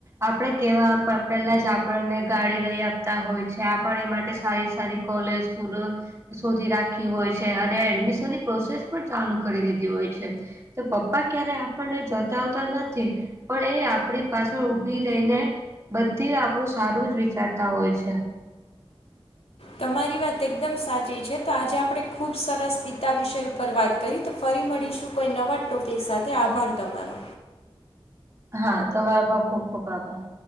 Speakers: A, on the right (about 25°); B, on the left (about 85°).
A: આપણે કેવા પેલા જ આપણને ગાડી લઈ આપતા હોય છે આ એ માટે સારી સારી કોલેજ સ્કૂલો શોધી રાખી હોય છે અને એડમિશનની પ્રોસેસ પણ ચાલુ કરી દીધી હોય છે. તો પપ્પા ક્યારે આપણને જતાવતા નથી. પણ એ આપણી પાછળ ઊભી રહીને બધી આપણું સારું જ વિચારતા હોય છે.
B: તમારી વાત એકદમ સાચી છે. તો આજે આપણે ખુબ સરસ પિતા વિષય ઉપર વાત કરી તો ફરી મળીશું કોઈ નવા જ ટોપિક સાથે આભાર તમારો.
A: હા તમારે પણ ખુબ ખુબ આભાર.